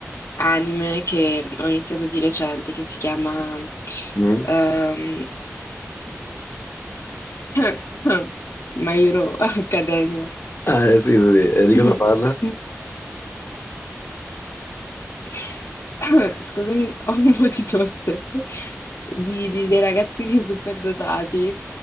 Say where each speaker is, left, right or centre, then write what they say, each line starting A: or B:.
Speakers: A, on the left; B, on the left.
A: anime che ho iniziato di recente, che si chiama
B: Mm?
A: ehm, <coughs> <clears throat> My Hero Academia.
B: Ah, eh, sì, sì, sì. E di
A: <coughs>
B: cosa parla?
A: <laughs> <clears throat> <coughs> Scusami, ho un po' di tosse di, di- dei ragazzini <laughs> superdotati.